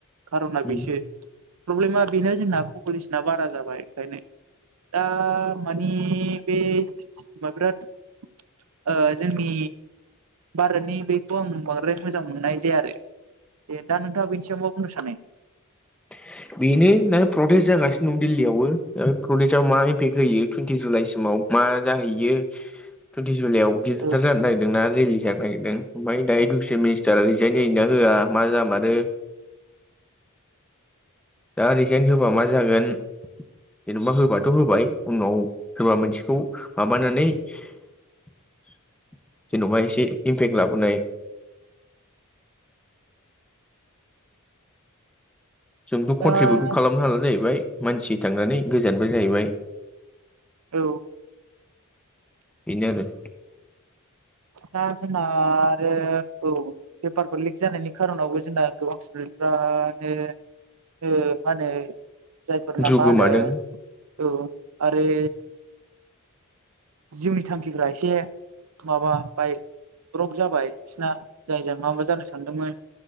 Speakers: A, on the right; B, in the centre.
A: खार'ना
B: उम
A: बेसो। प्रब्लेमा बेनो जोंना पपुलेसना बारा जाबाय ओंखायनो। दा माने बे सिस्टेमा बेरात ओ जोंनि भारतनि बेखौ आं बांद्राय मोजां मोननाय जाया आरो। दे दा नोंथाङा बेनि सायाव मा बुंनो सानो?
B: <inaudible> बेनो दा प्रटेस्ट जागासिनो दं दिल्लीयावबो दा प्रटेस्टआव मा इपेक्ट होयो टुइनन्टि जुलाइसिमाव। मा जाहैयो टुइनन्ति जुलायाव गिदिरथार
A: औ
B: जानो नागिरदोंना रेलि। जानो नागिरदों ओमफ्राय दा इडुकेसन मिनिस्टारा रिजाइन होयोना होआ मा जामारो दा रैजाइन होबा मा जागोन। जेनेबा होबाथ' होबाय उनाव होबा मोनसेखौ माबानानै जेन'बा एसे इमपेक्ट लाबोनाय जोंथ'
A: दा
B: कन्ट्रिबिउटखौ खालामनो हाला जाहैबाय मानसि थांनानै गोजानबो जाहैबाय।
A: औ।
B: बिनो आरो
A: दा जोंहा आरो औ पेपारफोर लिक जानायनि कार'नावबो जोंना गोबां स्टुदेन्ट फ्रानो ओ मा होनो जायफोरना
B: जिउ
A: मा
B: गोमादों
A: होनो औ आरो जिउनि थांखिफ्रा एसे माबा बाइक र'क जाबाय बिसना जायजाय मा मा जानो सानदोंमोन